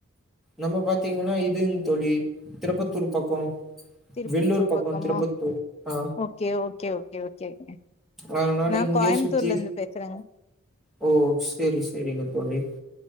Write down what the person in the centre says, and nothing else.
நம்ம பாத் தீங்ன்னா இதுங் தோழி திருப்பத்தூர் பக்கோ
வெள்ளூர் பக்கோக
திருப்பத்தூர் ஆ
அதனால
இங்கே
சுத்தி
ஓ செரி செரிங்க தோழி